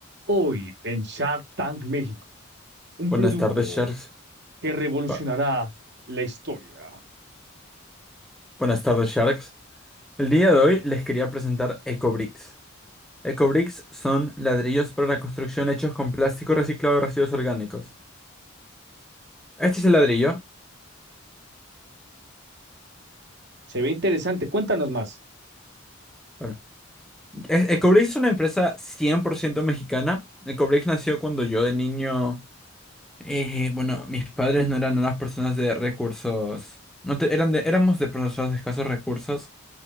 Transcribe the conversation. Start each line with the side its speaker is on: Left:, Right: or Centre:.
Right: Hoy en Shark Tank México, un
Centre: Buenas
Right: producto
Centre: tardes, Sharks.
Right: que revolucionará
Centre: Ba-
Right: la historia.
Centre: Buenas tardes, Sharks. El día de hoy les quería presentar EcoBricks. EcoBricks son ladrillos para la construcción hechos con plástico reciclado de residuos orgánicos. Este es el ladrillo.
Right: Se ve interesante. Cuéntanos más.
Centre: Bueno, e- EcoBricks es una empresa 100% mexicana. EcoBricks nació cuando yo de niño... eh, bueno, mis padres no eran unas personas de recursos... No te- eran de- éramos de personas de escasos recursos.